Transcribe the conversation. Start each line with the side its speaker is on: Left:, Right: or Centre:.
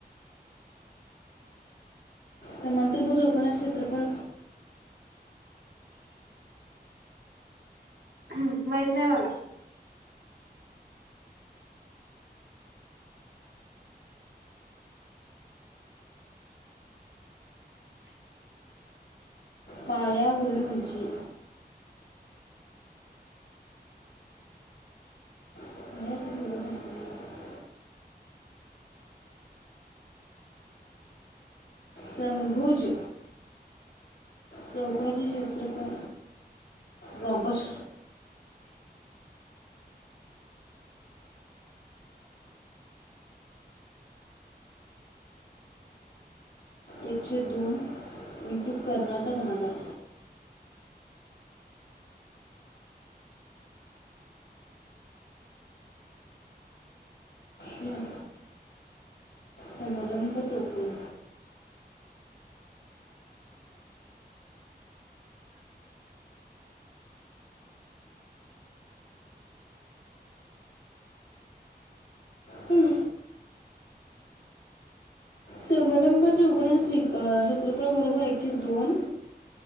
Left: समांतरभूज चौकोनाचे क्षेत्रफळ
Right: हम्म, माहीत नाही मला.
Left: पाया गुणीले उंची. नाही असं मी उगाच नाटकं केलीच. समभुज चौकोणाचे क्षेत्रफळ. रॉबश एकशे दोन इंटू कर्णाचा गुणाकार. हम्म. समलंब चौकोण. हं, संमलंब चौकोणाच त्रि क्षेत्रपळ बरोबर र एक छेद दोन.